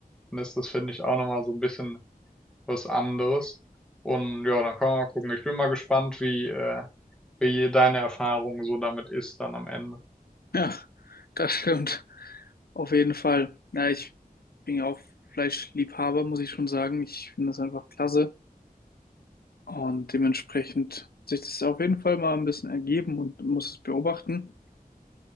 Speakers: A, in the centre; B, on the left.
A: Dann ist das, finde ich, auch nochmal so ein bisschen was anderes. Und ja, dann können wir mal gucken. Ich bin mal gespannt, wie, äh, wie deine Erfahrung so damit ist dann am Ende?
B: Ja, das stimmt. Auf jeden Fall. Ja, ich bin ja auch Fleischliebhaber, muss ich schon sagen. Ich finde das einfach klasse. Und dementsprechend hat sich das auf jeden Fall mal ein bisschen ergeben und muss es beobachten.